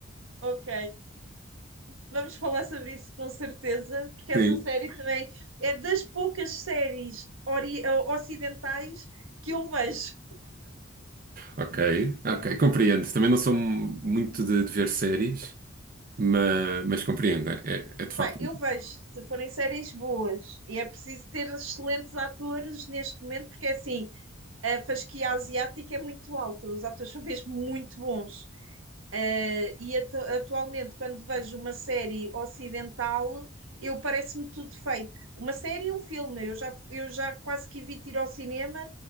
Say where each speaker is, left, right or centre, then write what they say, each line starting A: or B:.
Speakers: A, on the right; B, on the right.
A: Ok, vamos falar sobre isso com certeza, porque essa
B: Sim.
A: série também é das poucas séries ori- ocidentais que eu vejo.
B: Ok, ok, compreendo. Também não sou mu- muito de, de ver séries, mas, mas compreendo. É, é é de facto.
A: Pá, eu vejo se forem séries boas, e é preciso ter excelentes atores neste momento, porque é assim, a fasquia asiática é muito alta, os atores são mesmo muito bons. Uh, e atu atualmente, quando vejo uma série ocidental, eu parece-me tudo fake. Uma série e um filme, eu já, eu já quase que evito ir ao cinema